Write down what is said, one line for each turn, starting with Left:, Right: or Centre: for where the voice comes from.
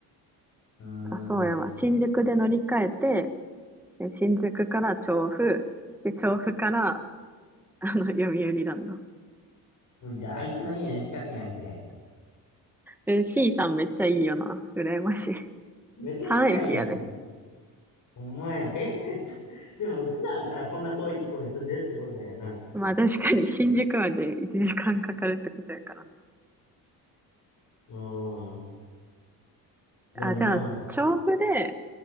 Left: うー
Centre: あ、そうやわ。
Left: ん。
Centre: 新宿で乗り換えて、え新宿から調布、で、調布から、あの、読売ランド。
Left: もうじゃあ、あいつの家の近くやんけ。
Centre: え、C さんめっちゃいいよな。羨ましい。
Left: めっちゃ近いやんけ。
Centre: 3駅やで。
Left: ほんまやん。え <laughs> でも、普段からこんな遠いところに住んでるってことやな。う
Centre: まあ確かに新宿まで1時間かんかかるってことやからな。
Left: ーん。やんな。
Centre: あ、じゃあ、調布で